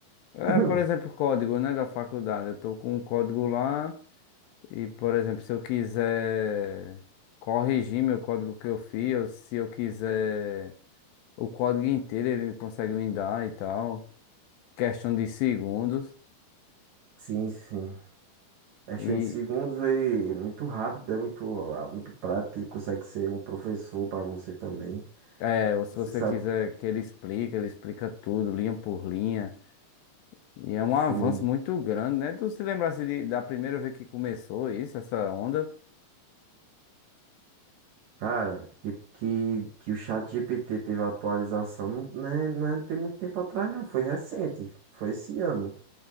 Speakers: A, on the left; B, on the right.
A: É,
B: <coughs>
A: por exemplo,
B: <clears throat>
A: código, né, da faculdade. Eu estou com um código lá e, por exemplo, se eu quiser corrigir meu código que eu fiz, ou se eu quiser o código inteiro, ele consegue me dar e tal. Questão de segundos.
B: Sim, sim. Acho
A: E
B: que em segundos aí é muito rápido, é muito, ah, muito prático, ele consegue ser um professor para você também.
A: é, ou se
B: Você
A: você
B: sabe,
A: quiser que ele explique, ele explica tudo, linha por linha. E é um
B: sim.
A: avanço muito grande, né? Tu se lembrasse de, da primeira vez que começou isso, essa onda?
B: Cara, que, que, que o chat GPT teve a atualização, não, né, não é- não tem muito tempo atrás, não. Foi recente, foi esse ano.